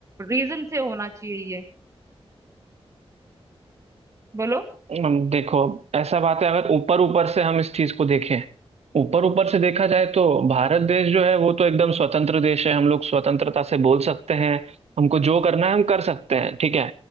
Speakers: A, on the right; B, on the right.
A: रीजन से होना चाहिए ये बोलो
B: हम देखो ऐसा बात है अगर ऊपर ऊपर से हम इस चीज को देखें ऊपर ऊपर से देखा जाए तो भारत देश जो है वो तो एकदम स्वतंत्र देश है हम लोग स्वतंत्रता से बोल सकते हैं हमको जो करना है हम कर सकते हैं ठीक है